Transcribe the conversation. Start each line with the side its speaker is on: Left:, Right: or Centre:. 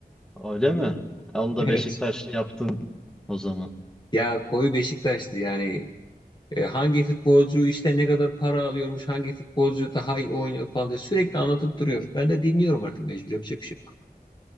Centre: Öyle mi? E,
Left: <laughs>
Centre: Onu da
Left: Evet.
Centre: Beşiktaş'ta yaptın o zaman.
Left: Ya koyu Beşiktaş'tı yani. E, hangi futbolcu işte ne kadar para alıyormuş, hangi futbolcu daha iyi oynuyor falan diye sürekli anlatıp duruyor. Ben de dinliyorum artık mecbur yapacak bir şey yok.